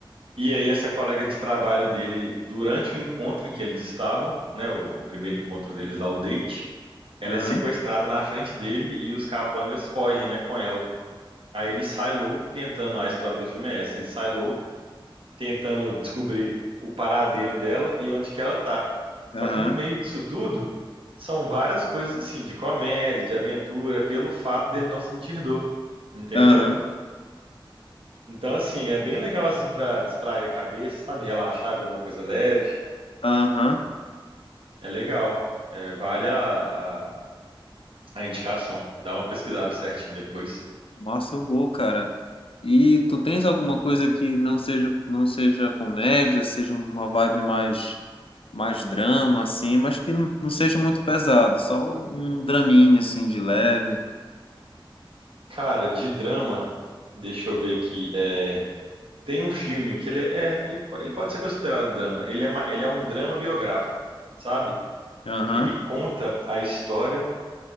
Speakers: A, on the right; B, on the left.
A: E aí essa colega de trabalho dele, durante o encontro em que eles estavam, né, o, o primeiro encontro deles lá, o date, ela
B: aham,
A: é sequestrada na frente dele e os capangas fogem, né, com ela. Aí ele sai louco tentando, a história do filme é essa, ele sai louco tentando descobrir o paradeiro dela e onde que ela tá. Só
B: aham,
A: que no meio disso tudo, são várias coisas assim, de comédia, de aventura, pelo fato dele não sentir dor, entendeu?
B: aham,
A: Então assim, é bem legal assim pra distrair a cabeça, sabe, relaxar, ver uma coisa leve,
B: aham.
A: é legal. É, vale a, a, a indicação. Dá uma pesquisada certinho depois.
B: Nossa, eu vou, cara. E tu tens alguma coisa que não seja não seja comédia, seja uma vibe mais mais drama assim, mas que não não seja muito pesado, só um draminha assim de leve.
A: Cara, de drama, deixa eu ver aqui, é... Tem um filme que ele é, ele, po- ele pode ser considerado drama. Ele é, ma- ele é um drama biográfico, sabe?
B: Aham,
A: Ele conta a história